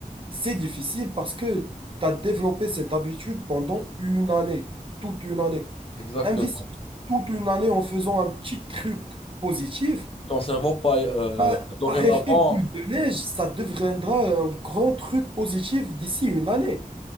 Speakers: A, on the right; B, on the left.
A: C'est difficile parce que tu as développé cette habitude pendant une année, toute une année.
B: exactement.
A: Investir toute une année en faisant un petit truc positif,
B: Ton cerveau, pas, euh,
A: bah,
B: dorénavant,
A: par effet boule de neige, ça deviendra un grand truc positif d'ici une année.